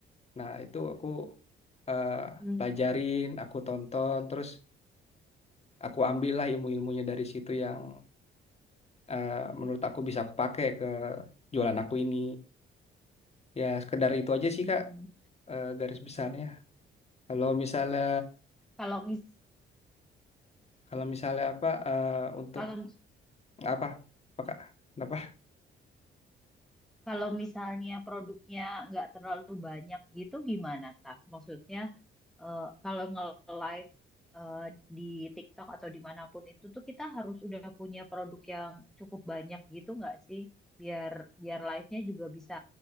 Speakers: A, on the left; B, in the centre.
A: Nah, itu aku eh,
B: Hmm.
A: pelajarin, aku tonton, terus aku ambillah ilmu-ilmunya dari situ yang eh, menurut aku bisa aku pakai ke jualan aku ini. Ya, sekedar itu aja
B: Hmm.
A: sih, Kak, eh, garis besarnya. Kalau misalnya
B: Kalau mis
A: kalau misalnya apa eh, untuk
B: kalau
A: apa? Apa, Kak? Kenapa?
B: Kalau misalnya produknya nggak terlalu banyak gitu gimana tah? Maksudnya eh, kalau nge-live eh, di TikTok atau dimanapun itu tuh kita harus udah punya produk yang cukup banyak gitu nggak sih? Biar biar live-nya juga bisa